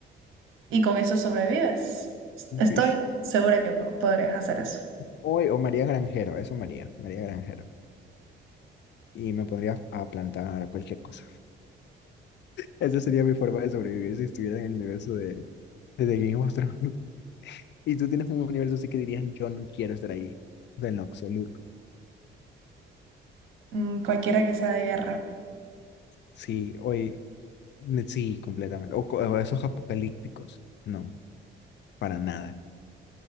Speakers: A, on the right; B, on the left.
A: Y con eso sobrevives. S-
B: sí.
A: Estoy segura que po- podrías hacer eso.
B: Hoy, o María Granjero, eso María, María Granjero. Y me podría a plantar cualquier cosa. Esa sería mi forma de sobrevivir si estuviera en el universo de, de The Game of Thrones. <laughs> Y tú tienes un universo así que dirías, yo no quiero estar ahí, de en lo absoluto.
A: Mm, cualquiera que sea de guerra.
B: Sí, hoy, ne- sí, completamente. O, co- o esos apocalípticos, no, para nada.